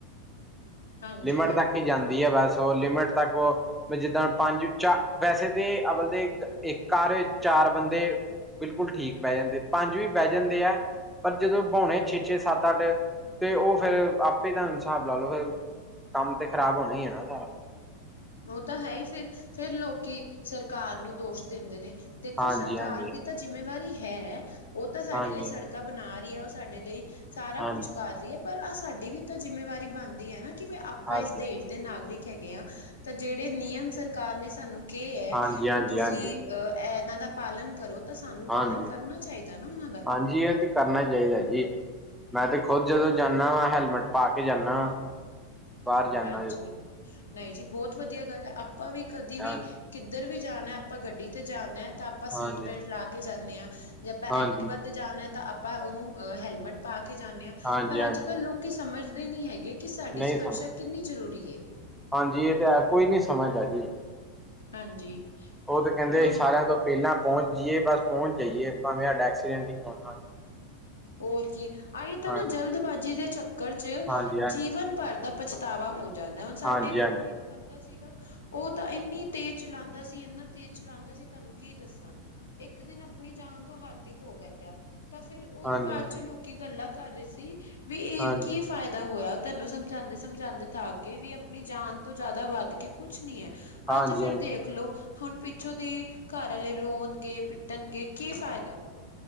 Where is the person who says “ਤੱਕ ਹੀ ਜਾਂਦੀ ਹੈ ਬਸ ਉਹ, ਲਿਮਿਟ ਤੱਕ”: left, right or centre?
Centre